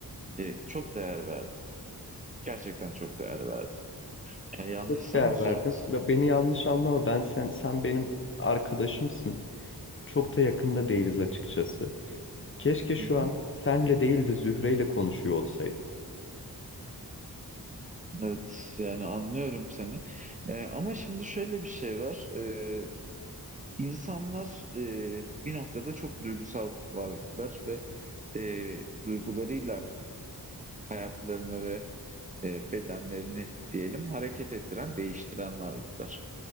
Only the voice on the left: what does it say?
Çok değer
verdim. Ve beni yanlış anlama. Ben sen sen benim arkadaşımsın. Çok da yakında değiliz açıkçası. Keşke şu
an senle değil de Zühre'yle konuşuyor olsaydım.